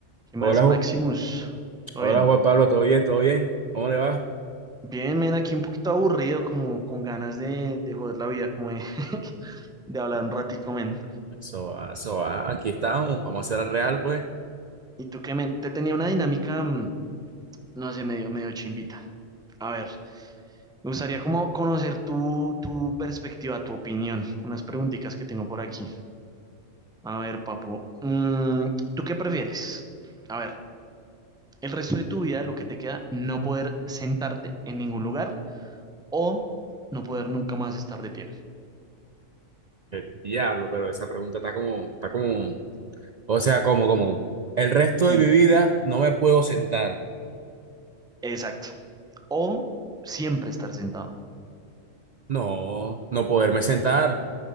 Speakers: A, in the centre; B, on the right.
A: ¿Qué más,
B: Hola,
A: Maximus?
B: Ju-
A: ¿Todo
B: hola
A: bien?
B: Juan Pablo, ¿todo bien? ¿Todo bien? ¿Cómo le va?
A: Bien, men, aquí un poquito aburrido, como con ganas de, de joder la vida, como de, de hablar un ratico, men.
B: Eso va, eso va, aquí estamos, vamos a hacer el real, pues.
A: ¿Y tú qué, men? Te tenía una dinámica, mm, no sé, medio, medio chimbita. A ver, me gustaría como conocer tu, tu perspectiva, tu opinión, con unas preguntitas que tengo por aquí. A ver, papu, mm, ¿tú qué prefieres? A ver, el resto de tu vida, lo que te queda, no poder sentarte en ningún lugar o no poder nunca más estar de pie.
B: El diablo, pero esa pregunta está como, está como, o sea, como, como, como. El resto
A: Sí,
B: de mi vida no me puedo sentar.
A: Exacto. o siempre estar sentado.
B: No, no poderme sentar,